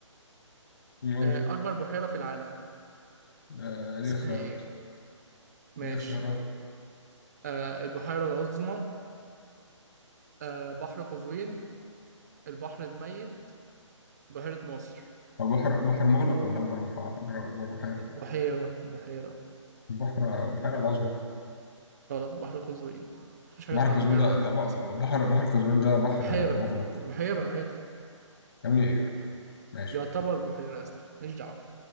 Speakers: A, on the left (about 50°); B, on the right (about 35°).
A: يقول
B: آه،
A: لي
B: أكبر بحيرة في العالم
A: آه، دي
B: اسمها
A: اختيارات
B: إيه؟ ماشي
A: دي اختيارات
B: آه، البحيرة العظمى آه، بحر قزوين البحر الميت بحيرة ناصر
A: هو بحر بحر مغلق ولا أكبر بحر أكبر أكبر بحيرة
B: بحيرة بحيرة
A: بحر بحيرة العظمى
B: غلط بحر قزوين مفيش حاجة
A: بحر
B: اسمها
A: قزوين
B: بحيرة
A: ده
B: العظمى
A: ده بح-
B: أصلا
A: بحر بحر قزوين ده بحر
B: بحيرة
A: مغلق
B: بحيرة عادي
A: يا ابني ماشي
B: يعتبر بحيرة يا صاحبي ماليش دعوة